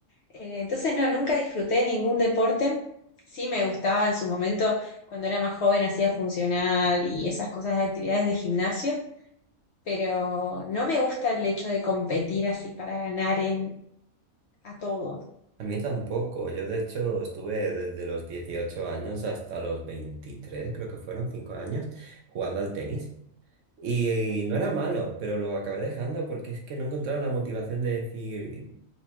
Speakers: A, on the left (about 65°); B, on the right (about 65°).
A: Eh, entonces, no, nunca disfruté ningún deporte. Sí me gustaba en su momento, cuando era más joven, hacía funcional y esas cosas de actividades de gimnasio, pero no me gusta el hecho de competir así para ganar en, a todo.
B: A mí tampoco. Yo de hecho estuve desde los 18 años hasta los 23 creo que fueron 5 años, jugando al tenis. Y,
A: Ujú.
B: y no era malo, pero lo acabé dejando porque es que no encontraba la motivación de decir,